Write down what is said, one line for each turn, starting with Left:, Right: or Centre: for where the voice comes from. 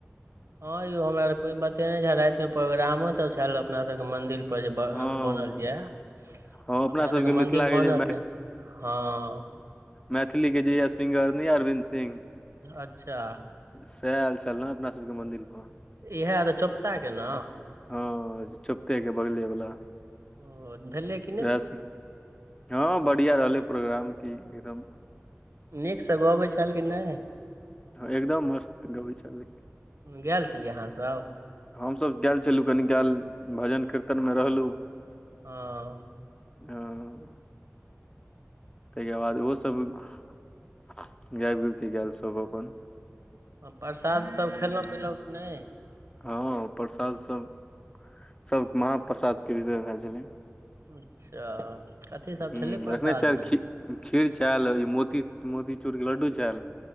Right: हाँ यौ हमरा कोई बतेने छेव राति मे प्रोग्रामो सब छल अपना सब के मंदिर पर पर जे
Left: हँ
Right: <inaudible> बनल ये अपना
Left: हँ अपना
Right: सबके
Left: मिथिला
Right: मंदिर
Left: के
Right: बनल
Left: जे
Right: या हाँ
Left: मैथिलीके जे यऽ सिंगर नहि ये अरविन्द सिंह
Right: अच्छा
Left: सएह आयल छल ने अपना सबके मन्दिर पर
Right: इएह तऽ चोपता के न
Left: हँ चोपते के बगले वला
Right: ओ भेलै क
Left: वैह सब हँ बढ़िया रहलै प्रोग्राम की एकदम
Right: नीकसँ गबैत छल कि नै
Left: एकदम मस्त गबै छैल
Right: गेल छलियै अहाँसभ
Left: हमसभ गेल छलहुँ कनिकाल भजन कीर्तनमे रहलु
Right: हां
Left: हं ताहिके बाद ओहो सब गाबि गुबिके गेल सब अपन
Right: हँ प्रसाद सब खयलौ पीलौकि नहि
Left: हँ प्रसाद सब सब महाप्रसादके व्यवस्था छलै
Right: अच्छा कथी सब
Left: हूं
Right: छलै प्रसादमे
Left: एखने खीर छेल ई मोती मोतीचूरके लड्डू छेल